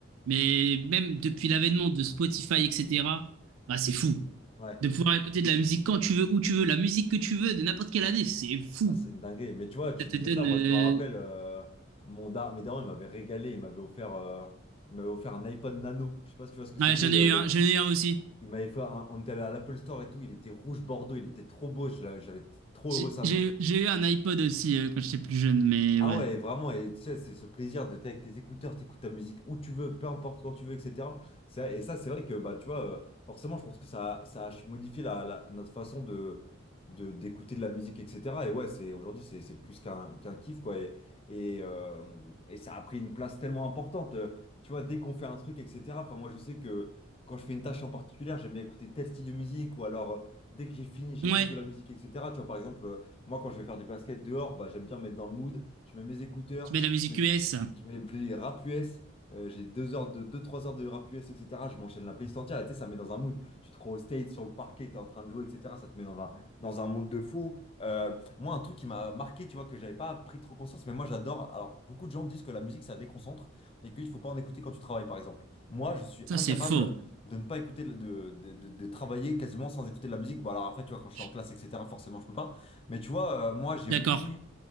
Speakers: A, on the right (about 85°); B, on the left (about 25°).
A: Mais même depuis l'avènement de Spotify, etc., bah, c'est fou.
B: Ouais.
A: De pouvoir écouter de la musique quand tu veux, où tu veux, la musique que tu veux, de n'importe quelle année, c'est fou.
B: Ah, c'est une dinguerie. Mais tu vois, tu
A: Ça te
B: disais
A: donne.
B: ça, moi
A: euh,
B: je me rappelle, euh, mon dar mes darons, ils m'avaient régalé, ils m'avaient offert, euh, ils m'avaient offert un iPod Nano. Je sais pas si tu vois ce que c'était,
A: Ouais, j'en
B: le,
A: ai eu
B: l'iP-
A: un, j'en ai eu un aussi.
B: Il m'avait fait un- on était allé à l'Apple Store et tout, il était rouge bordeaux, il était trop beau, je l'avais- j'avais été trop
A: J'ai
B: heureux sa
A: j'ai-
B: mère.
A: j'ai eu un iPod aussi euh, quand j'étais plus jeune, mais
B: Ah
A: ouais.
B: ouais, vraiment, et tu sais, c'est ce plaisir de t'es avec tes écouteurs, t'écoutes ta musique où tu veux, peu importe quand tu veux, etc. Ça- Et ça, c'est vrai que, bah, tu vois, euh, forcément, je pense que ça, ça a modifié la, la- notre façon de, de, d'écouter de la musique, etc. Et ouais, c'est, aujourd'hui, c'est, c'est plus qu'un, qu'un kiff, quoi. Et, et, euh, et ça a pris une place tellement importante. Euh, Tu vois, dès qu'on fait un truc, etc. Enfin, moi, je sais que quand je fais une tâche en particulier, j'aime bien écouter tel style de musique, ou alors, euh, dès que j'ai fini, j'écoute
A: Ouais,
B: de la musique, etc. Tu vois, par exemple, euh, moi, quand je vais faire du basket dehors, bah, j'aime bien me mettre dans le mood je mets mes écouteurs,
A: tu mets de la musique
B: je mets,
A: US.
B: je mets les rap US, euh, j'ai 2 heures de, deux trois heures de rap US, etc. Je m'enchaîne la playlist entière, et tu sais, ça me met dans un mood. Tu te crois au state, sur le parquet, t'es en train de jouer, etc. Ça te met dans un, dans un monde de fou. Euh, moi, un truc qui m'a marqué, tu vois, que j'avais pas pris trop conscience, mais moi j'adore. Alors, beaucoup de gens disent que la musique, ça déconcentre et qu'il faut pas en écouter quand tu travailles, par exemple. Moi, je suis
A: Ça,
B: incapable
A: c'est faux.
B: de ne pas écouter, le- de, de, de- de travailler quasiment sans écouter de la musique. Bon, alors après, tu vois, quand je
A: Je-
B: suis en classe, etc., forcément, je peux pas. Mais tu vois, euh, moi, j'ai
A: D'accord.
B: beaucoup